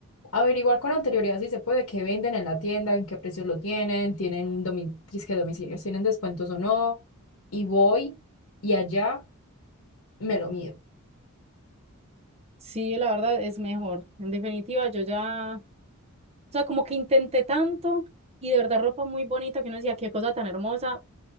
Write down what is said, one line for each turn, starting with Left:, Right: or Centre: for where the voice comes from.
Left: averiguar con anterioridad si se puede, qué venden en la tienda, en qué precios lo tienen, tienen domi- si es que domicilios, tienen descuentos o no, y voy y allá me lo mido.
Right: Sí, la verdad es mejor. En definitiva, yo ya O sea, como que intenté tanto y de verdad ropa muy bonita que uno decía, qué cosa tan hermosa,